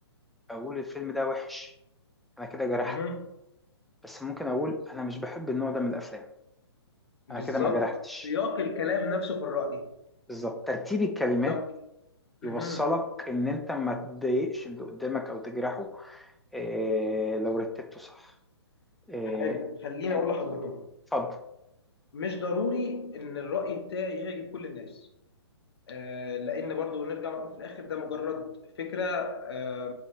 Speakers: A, in the centre; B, on the left.
A: اقول الفيلم ده وحش انا كده جرحت
B: مهم.
A: بس ممكن اقول انا مش بحب النوع ده من الافلام
B: بالظبط
A: انا كده ما جرحتش
B: سياق الكلام نفسه في الراي
A: بالظبط ترتيب الكلمات
B: يق-
A: يوصلك
B: مهم.
A: ان انت ما تضايقش اللي قدامك او تجرحه إيه لو رتبته صح إيه
B: حلو خليني
A: يعني
B: اقول لحضرتك
A: اتفضل
B: مش ضروري ان الرأي بتاعي يعجب كل الناس آه، لان برضو نرجع ونقول في الاخر ده مجرد فكرة آه،